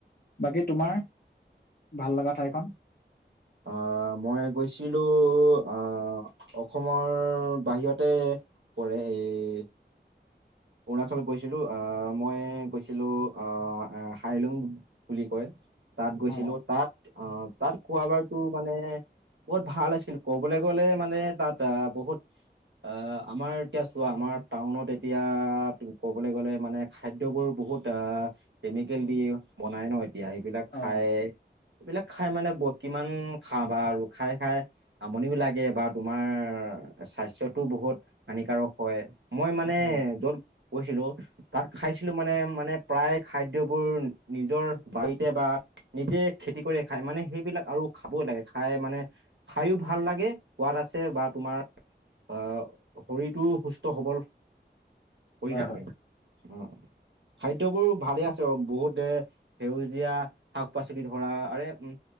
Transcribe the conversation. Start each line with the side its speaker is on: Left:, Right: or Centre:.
Left: বাকী তোমাৰ ভাল লাগা ঠাইখন?
Right: আ মই গৈছিলো, আ অসমৰ বাহিৰতে পৰে, এই অৰুণাচলত গৈছিলো। আ মই গৈছিলো, আ হাইলুং বুলি কয়। তাত গৈছিলো
Left: অ অ
Right: তাত, আ তাত খোৱা বাৰটো মানে বহুত ভাল আছিল ক'বলে গ'লে মানে তাত বহুত অ আমাৰ এতিয়া চোৱা আমাৰ টাউনত এতিয়া অহ, ক'বলে গ'লে মানে খাদ্যবোৰ বহুত আ কেমিকেল দি বনাই ন এতিয়া এইবিলাক
Left: অ
Right: খাই এইবিলাক খাই মানে ব কিমান খাবা আৰু খাই খাই আমনিও লাগে বা তোমাৰ স্বাস্থ্যটোও বহুত হানিকাৰক হয়। মই মানে
Left: অ
Right: য'ত গৈছিলো তাত খাইছিলো মানে মানে প্ৰায় খাদ্যবোৰ নিজৰ বাৰীতে বা নিজে খেতি কৰিয়ে খাই মানে সেইবিলাক আৰু খাবই লাগে খাই মানে খাইও ভাল লাগে, সোৱাদ আছে বা তোমাৰ অহ শৰীৰটোও সুস্থ-সবল কৰি
Left: হয়
Right: ৰাখে।
Left: হয়
Right: অ খাদ্যবোৰ ভালে আছে বহুতে সেউজীয়া শাক-পাচলি ধৰা আৰে উম